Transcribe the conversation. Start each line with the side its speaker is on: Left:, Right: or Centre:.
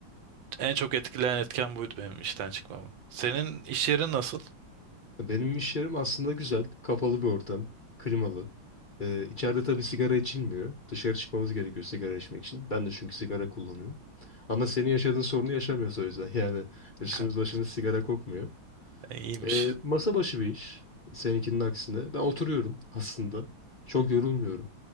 Right: En çok etkileyen etken buydu benim işten çıkmamı. Senin iş yerin nasıl?
Left: Benim iş yerim aslında güzel. Kapalı bir ortam. Klimalı. Ee, içeride tabii sigara içilmiyor. Dışarı çıkmamız gerekiyor sigara içmek için. Ben de çünkü sigara kullanıyorum. Ama senin yaşadığın sorunu yaşamıyoruz o yüzden. <laughs> Yani üstümüz
Right: <laughs>
Left: başımız sigara kokmuyor.
Right: E, İyiymiş.
Left: Ee, masa başı bir iş. Seninkinin aksine. Ben oturuyorum <laughs> aslında. Çok yorulmuyorum.